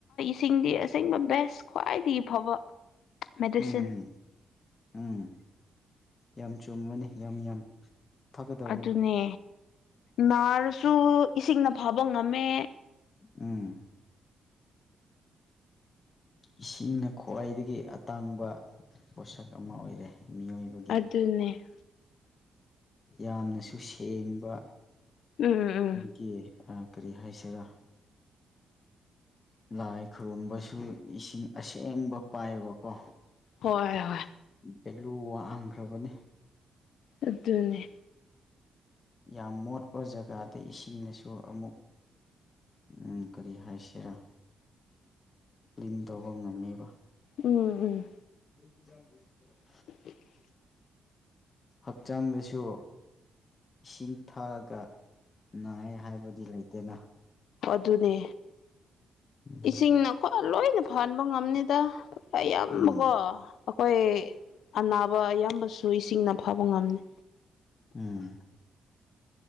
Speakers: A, on the left; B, on the left.
A: ꯁꯤꯡꯗꯤ ꯑꯁꯦꯡꯕ ꯕꯦꯁ ꯈ꯭ꯋꯥꯏꯗꯒꯤ ꯐꯕ ꯃꯦꯗꯤꯁꯤꯟ
B: ꯎꯝ ꯎꯝ ꯌꯥꯝ ꯆꯨꯝꯕꯅꯤ ꯌꯥꯝ ꯌꯥꯝ ꯐꯒꯗꯧꯕꯅꯤ
A: ꯑꯗꯨꯅꯦ ꯅꯥꯔꯁꯨ ꯏꯁꯤꯡꯅ ꯐꯥꯕ ꯉꯝꯃꯦ
B: ꯎꯝ ꯏꯁꯤꯡꯅ ꯈ꯭ꯋꯥꯏꯗꯒꯤ ꯑꯇꯥꯡꯕ ꯄꯣꯠꯁꯛ ꯑꯃ ꯑꯣꯏꯔꯦ ꯃꯤꯑꯣꯏꯕꯒꯤ
A: ꯑꯗꯨꯅꯦ
B: ꯌꯥꯝꯅꯁꯨ ꯁꯦꯡꯕ
A: ꯎꯝ ꯎꯝ
B: ꯒꯤ ꯀꯔꯤ ꯍꯥꯏꯁꯤꯔꯥ ꯂꯥꯏ ꯈꯨꯔꯨꯝꯕꯁꯨ ꯏꯁꯤꯡ ꯑꯁꯦꯡꯕ ꯄꯥꯏꯕꯀꯣ
A: ꯍꯣꯏ ꯍꯣꯏ
B: ꯚꯦꯂꯨ ꯋꯥꯡꯈ꯭ꯔꯕꯅꯦ
A: ꯑꯗꯨꯅꯦ
B: ꯌꯥꯝ ꯃꯣꯠꯄ ꯖꯒꯥꯗ ꯏꯁꯤꯡꯅꯁꯨ ꯑꯃꯨꯛ ꯎꯝ ꯀꯔꯤ ꯍꯥꯏꯁꯤꯔꯥ ꯀ꯭ꯂꯤꯟ ꯇꯧꯕ ꯉꯝꯃꯦꯕ
A: ꯎꯝ ꯎꯝ
B: <unintelligible>
A: <inaudible>
B: ꯍꯛꯆꯥꯡꯗꯁꯨ ꯏꯁꯤꯡ ꯊꯛꯑꯒ ꯅꯥꯏ ꯍꯥꯏꯕꯗꯤ ꯂꯩꯇꯅ
A: ꯑꯗꯨꯅꯦ
B: ꯎꯝ
A: ꯏꯁꯤꯡꯅꯀ ꯂꯣꯏꯅ ꯐꯍꯟꯕ ꯉꯝꯅꯤꯗ ꯑꯌꯥꯝꯕꯀꯣ
B: ꯎꯝ
A: ꯑꯩꯈꯣꯏ ꯑꯅꯥꯕ ꯑꯌꯥꯝꯕꯁꯨ ꯏꯁꯤꯡꯅ ꯐ ꯐꯥꯕ ꯉꯝꯅꯦ
B: ꯎꯝ